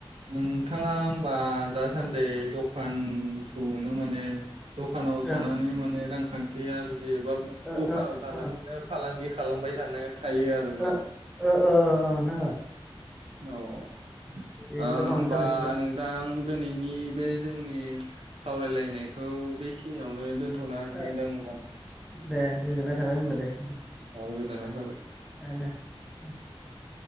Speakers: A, on the right; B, in the centre.
A: नोंथाङा बा दासान्दि दखानखौनो माने दखानाव थानानै
B: ओ
A: माने रांखान्थि आरजियोबा
B: ओ
A: दखानाव
B: ओ
A: थानानैनो
B: ओ
A: फालांगि खा खालामबाय थानो थायो आरो न'
B: ओ ओ ओ ओ ओ नोंथां ओ
A: औ ओ
B: बेनो
A: होमबा
B: दखानाव सालायहरनो
A: नोंथां दिनैनि बे जोंनि सावरायलायनायखौ बेखिनियावनो दोनथ' थ'नो हांसिगोन
B: ओ
A: दां नोंथां?
B: दे गोजोननाय थाबाय होनबा दे।
A: औ गोजोननाय थाबाय।
B: <unintelligible>